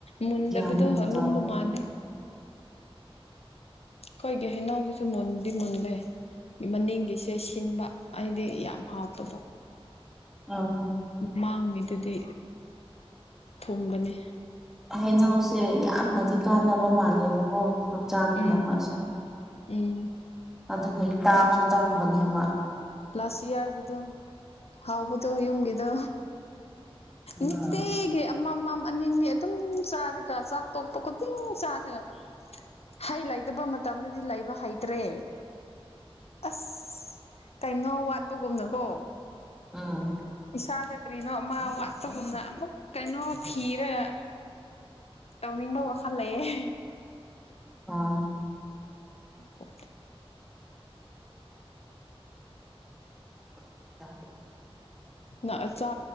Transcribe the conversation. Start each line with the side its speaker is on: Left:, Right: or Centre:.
Left: ꯃꯨꯟꯗꯕꯗꯣ
Centre: ꯒ꯭ꯌꯥꯟ ꯇꯥꯗꯦ
Left: ꯂꯨꯝꯕ ꯃꯥꯜꯂꯦ ꯀꯣꯏꯒꯦ ꯍꯅꯁꯨ ꯃꯟꯗꯤ ꯃꯟꯗꯦ ꯃꯅꯤꯡꯒꯤꯁꯦ ꯁꯤꯟꯕ ꯍꯥꯏꯗꯤ ꯌꯥꯝ ꯍꯥꯎꯇꯕ
Centre: ꯑ
Left: ꯃꯥꯡꯉꯦꯗꯨꯗꯤ ꯊꯣꯡꯒꯅꯤ
Centre: ꯍꯩꯅꯧꯁꯦ ꯌꯥꯝꯅꯗꯤ ꯀꯥꯟꯅꯕ ꯃꯥꯜꯂꯦꯕꯀꯣ ꯍꯛꯆꯥꯡꯒꯤꯗꯃꯛꯁꯦ
Left: ꯎꯝ ꯎꯝ
Centre: ꯑꯗꯨꯗꯒꯤ ꯇꯥꯡꯁꯨ ꯇꯥꯡꯕꯅꯦꯕ
Left: ꯂꯥꯁ ꯏꯌꯥꯔꯒꯤꯗꯣ ꯍꯥꯎꯕꯗꯣ ꯌꯨꯝꯒꯤꯗꯣ
Centre: ꯎꯝ
Left: ꯃꯠꯇꯒꯤ ꯑꯃꯃꯝ ꯑꯅꯤꯅꯤ ꯑꯗꯨꯝ ꯆꯥꯔꯒ ꯆꯥꯛ ꯇꯣꯛꯄ ꯈꯨꯗꯤꯡ ꯆꯥꯔꯒ ꯍꯩ ꯂꯩꯇꯕ ꯃꯇꯝꯗꯗꯤ ꯂꯩꯕ ꯍꯩꯇ꯭ꯔꯦ ꯑꯁ ꯀꯔꯤꯅꯣ ꯋꯥꯠꯄꯒꯨꯝꯅꯈꯣ
Centre: ꯑꯥ
Left: ꯏꯁꯥꯗ ꯀꯔꯤꯅꯣ ꯑꯃ ꯒꯨꯝꯅ ꯑꯃꯨꯛ ꯀꯩꯅꯣ ꯊꯤꯔꯒ ꯇꯧꯅꯤꯡꯕ ꯋꯥꯈꯜ ꯂꯩꯌꯦꯦ
Centre: ꯑꯥ
Left: ꯎ
Centre: <inaudible>
Left: ꯅ ꯆ